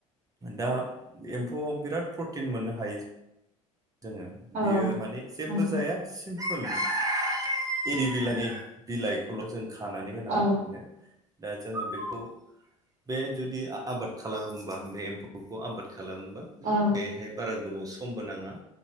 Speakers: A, on the right; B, on the right.
A: दा एम्फौआव बिराद प्रटिन मोननो हायो जोङो बियो
B: औ
A: माने जेबो
B: नंगौ
A: जाया सिमपोल एररिर बिलाइनि बिलाइखौल' जों खानानै होनांगौ
B: औ
A: बेनो दा जोङो बेखौ बे जुदि आबाद खालामोबा बे एम्फौखौ आबाद खालामोबा
B: औ
A: बेहाय बारा गोबाव समबो नाङा